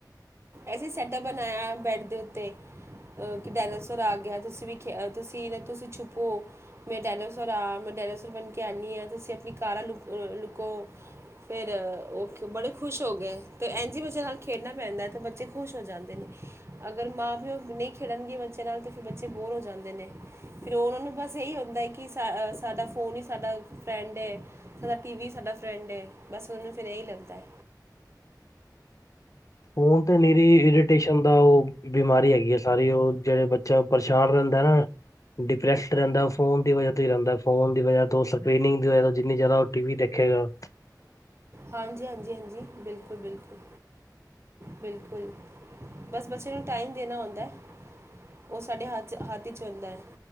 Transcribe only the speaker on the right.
ਅਸੀ ਸੈੱਟਪ ਬਣਾਇਆ ਬੈੱਡ ਦੇ ਉੱਤੇ ਕਿ ਡਾਇਨਾਸੋਰ ਆ ਗਿਆ ਤੁਸੀਂ ਵੀ ਖੇਡੋ ਤੁਸੀਂ ਨਾ ਤੁਸੀਂ ਛੁਪੋ ਮੈਂ ਡਾਇਨਾਸੋਰ ਆ ਮੈਂ ਡਾਇਨਾਸੋਰ ਬਣ ਕੇ ਆਉਂਦੀ ਆਂ। ਤੁਸੀਂ ਆਪਣੀ ਕਾਰਾਂ ਲੁਕ ਲੁ ਕੋ ਫੇਰ ਓ ਬੜੇ ਖੁਸ਼ ਹੋ ਗਏ ਅਤੇ ਇਂਝ ਹੀ ਬੱਚੇਆ ਨਾਲ ਖੇਡਣਾ ਪੈਂਦਾ ਅਤੇ ਬ ਤੇੇ ਖੁਸ਼ ਹੋ ਜਾਂਦੇ ਨੇ। ਅਗਰ ਮਾਂ ਪਿਓ ਨਹੀਂ ਖੇਡਣਗੇ ਬੱਚੇ ਨਾਲ ਤੇ ਫਿਰ ਬੱਚੇ ਬੋਰ ਹੋ ਜਾਂਦੇ ਨੇ, ਫਿਰ ਉਹਨਾਂ ਨੂੰ ਬਸ ਇਹੀ ਹੁੰਦਾ ਹੈ ਕਿ ਸਾ-ਸਾਡਾ ਫੋਨ ਹੀ ਸਾਡਾ ਫਰੈਂਡ ਏ, ਸਾਡਾ ਟੀ ਵੀ ਸਾਡਾ ਫਰੈਂਡ ਏ, ਬਸ ਉਹਨੂੰ ਫਿਰ ਇਹੀ ਲੱਗਦੈ।
ਹਾਂਜੀ ਹਾਂਜੀ ਹਾਂਜੀ, ਬਿਲਕੁਲ ਬਿਲਕੁਲ ਬਿਲਕੁਲ, ਬਸ ਬੱਚੇ ਨੂੰ ਟਾਈਮ ਦੇਣਾ ਓਂਦਾ। ਉਹ ਸਾਡੇ ਹੱਥ ਹੱਥ ਚ ਹੁੰਦਾ